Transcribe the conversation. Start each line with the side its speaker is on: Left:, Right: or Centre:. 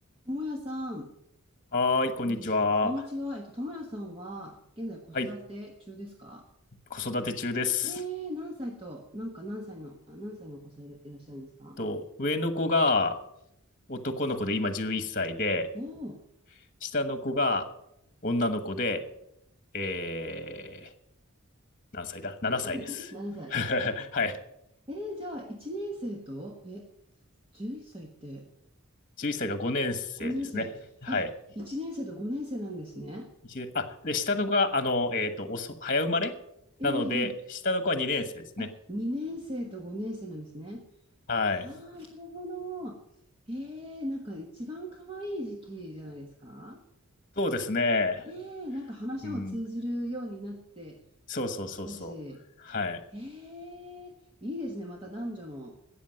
Right: ともやさん、
Left: はーい、こんにちは。
Right: えっと、こんにちは。えっと、ともやさんは、現在子育て中ですか
Left: はい、子育て中です。
Right: えー、何歳と、なんか何歳の、あ、何歳のお子さんいら、いらっしゃるんですか
Left: と、上の子が男の子で今11歳で、
Right: おおー、
Left: 下の子が女の子で、えー、何歳だ ?7 歳です。
Right: <laughs> 7歳。
Left: <laughs> はい。
Right: えー、えー、じゃあ、1年生と、え、11歳っさいって
Left: 11歳が5年生ですね。
Right: 5年生。
Left: はい。
Right: あ、1年生と5年生なんですね。
Left: 一年あ、で、下の子が、あの、えっと、遅早生まれなので、
Right: えー、えーえー
Left: 下の子は2年生ですね。
Right: あ、2年生と5年生なんですね。
Left: はい。
Right: はあ、なるほど。えー、なんか一番可愛い時期じゃないですか
Left: そうですね。
Right: ねえ、なんか話も通じるようになって
Left: うん。そうそうそうそう。
Right: きたし、
Left: はい。
Right: へえ、いいですね。また男女の